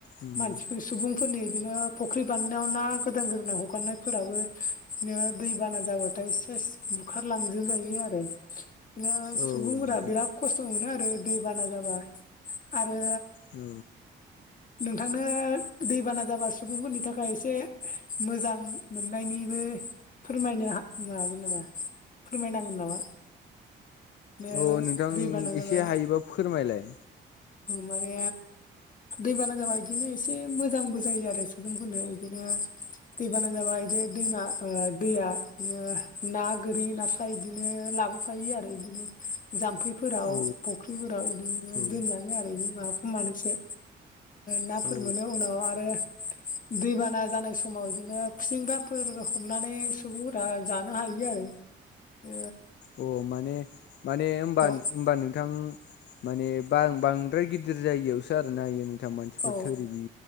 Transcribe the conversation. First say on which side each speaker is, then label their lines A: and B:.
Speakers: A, on the left (about 60°); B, on the left (about 40°).
A: उम
B: मानसिफोर सुबुंफोरनि बिदिनो फुख्रि बानायनायाव ना गोदान गोदोना हगारनायफोराबो बिदिनो दै बाना जाबाथाय सेस बुखारलांजोबजायो आरो बिनो
A: औ
B: सुबुंफोरा
A: नोंथां
B: बिराद खस्थ' मोनो आरो दै बाना जाबा आरो
A: औ
B: नोंथांनो दैबाना जाबा सुबुंफोरनि थाखाय एसे मोजां मोननायनिबो फोरमायनो मागोन नामा फोरमायनांगोन नामा <inaudible> बिदिनो
A: अ नोंथां
B: दैबाना जाबा
A: एसे हायोबा फोरमायलाय
B: माने दैबाना जाबा इदिनो एसे मोजांबो जायो आरो सुबुंफोरनो बिदिनो दै बाना जाबा बि दैमा दैया बिदिनो ना गोरि नाथुर ओमफ्राय बिदिनो लाबोफायो आरो बिदिनो जामफै फोराव
A: औ
B: फख्रिफोराव बिदिनो
A: औ
B: दोनलाङो आरो बिदि माबाखौ मानोसो नाफोर
A: औ
B: मोनो उनाव आरो दैबाना जानाय समाव बिदिनो फिथिंग्राफोर हमनानै सुबुंफोरा जानो हायो आरो ओ
A: अ माने माने होनबा
B: ओ आरो
A: होमबा नोंथां माने बां बांद्राय गिदिर जायगायावसो आरो नायो नों थां मानसिफोर
B: औ
A: थोरिबि